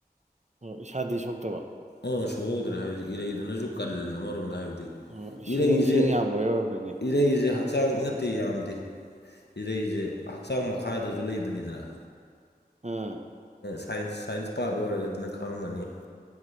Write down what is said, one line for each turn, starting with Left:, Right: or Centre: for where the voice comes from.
Right: ꯑꯣ ꯏꯁꯥꯗꯤ ꯁꯣꯛꯇꯕ
Left: ꯑꯥ ꯁꯣꯛꯍꯧꯗ꯭ꯔꯦ ꯍꯥꯏꯕꯗꯤ ꯏꯔꯩꯗꯨꯅꯁꯨ ꯀꯜꯂꯦ ꯑꯃꯔꯣꯝꯗ ꯍꯥꯏꯕꯗꯤ
Right: ꯑꯣ ꯏꯁꯤꯡ
Left: ꯏꯔꯩꯁꯦ
Right: ꯏꯁꯤꯡ ꯌꯥꯝꯕꯩ ꯑꯣꯏꯔꯝꯒꯅꯤ
Left: ꯏꯔꯩꯁꯦ ꯍꯛꯆꯥꯡ ꯅꯠꯇꯦ ꯌꯥꯝꯗꯦ ꯏꯔꯩꯁꯦ ꯍꯛꯆꯥꯡ ꯃꯈꯥꯗꯁꯨ ꯂꯩꯕꯅꯤꯗꯅ
Right: ꯎꯝ
Left: ꯁꯥꯏꯟꯁ ꯁꯥꯏꯟꯁ ꯄꯥꯕ ꯑꯣꯏꯔꯒꯗꯤꯅ ꯈꯪꯉꯝꯒꯅꯤ